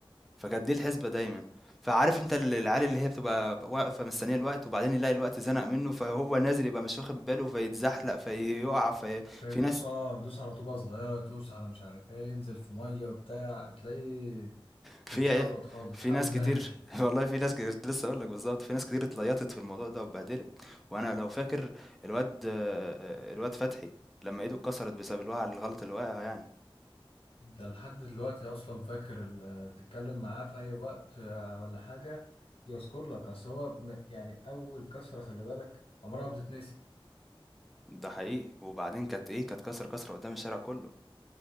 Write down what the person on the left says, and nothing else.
فدوس
اه دوس على طوبه صغيره دوس على مش عارف ايه ينزل في ميه وبتاع تلاقيه
اتشقلط
خالص
حاله
اتبهدل
<laughs> ده لحد دلوقتي اصلا فاكر ال- تتكلم معاه في اي وقت آه، ولا حاجه يذكر لك اصل هو م- يعني اول كسره خلي بالك عمرها ما بتتنسي